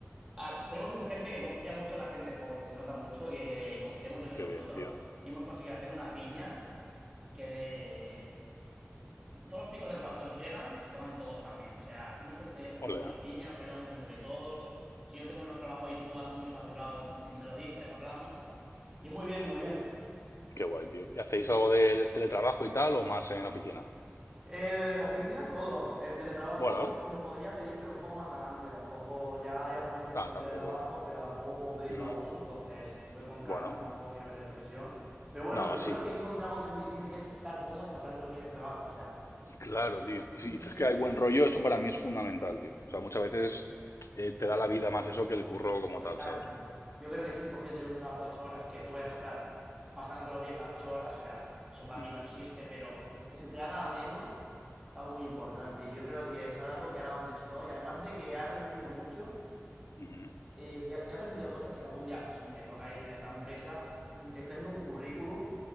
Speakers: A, on the right (about 15°); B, on the left (about 80°).
A: Ah, tenemos un jefe que confía mucho en la gente joven y se nota mucho que confía mucho en
B: qué
A: nosotros
B: bien, tío.
A: y hemos conseguido hacer una piña que de... Todos los picos de trabajo que nos llegan se van todos también. O sea, hemos conseguido hacer
B: Ole,
A: muy buena
B: ¿eh?
A: piña, nos ayudamos entre todos. Si yo tengo menos trabajo y tú vas muy saturado, di- me lo dices, hablamos. Y muy bien, muy bien.
B: Qué guay, tío. ¿Y hacéis
A: Sí.
B: algo de teletrabajo y tal o más en oficina?
A: Eh, oficina, todo. El teletrabajo
B: Bueno,
A: lo podría pedir, pero un poco más adelante. Tampoco, ya hay algunos que están
B: nada,
A: haciendo
B: tampoco.
A: teletrabajo, pero tampoco puedo pedirlo
B: Ujú.
A: aún. Entonces voy con
B: Bueno,
A: calma, tampoco quiero meter presión. Pero bueno,
B: no,
A: yo
B: sí.
A: creo que he encontrado algo que es muy difícil, que es estar cómodo y pasártelo bien en el trabajo. O sea,
B: Claro, tío. Y si
A: sí, sí,
B: dices
A: sí.
B: que hay buen rollo, eso para mí es fundamental, tío. O sea, muchas
A: Es-
B: veces eh, te da la vida más eso que el curro como
A: Exacto.
B: tal, ¿sabes?
A: Yo creo que es imposible tener un trabajo de ocho horas que tú vayas a estar pasándotelo bien las ocho horas. O sea, eso para
B: Ujú,
A: mí no existe, pero que se te haga ameno es algo muy importante. Y yo creo que es algo que ahora donde estoy, además de que he aprendido mucho,
B: ujú.
A: eh, he he aprendido cosas que si algún día pues, me toca irme de esta empresa, mm, estoy haciendo un currículum